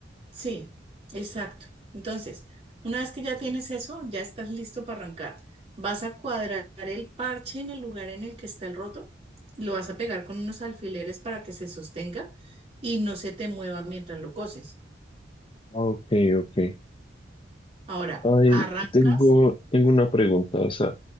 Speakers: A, on the right (about 35°); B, on the left (about 30°).
A: Sí, exacto. Entonces, una vez que ya tienes eso, ya estás listo para arrancar. Vas a cuadrar el parche en el lugar en el que está el roto, lo vas a pegar con unos alfileres para que se sostenga y no se te mueva mientras lo coses.
B: Ok, ok.
A: Ahora,
B: Ahí
A: arrancas.
B: tengo, tengo una pregunta. O sea,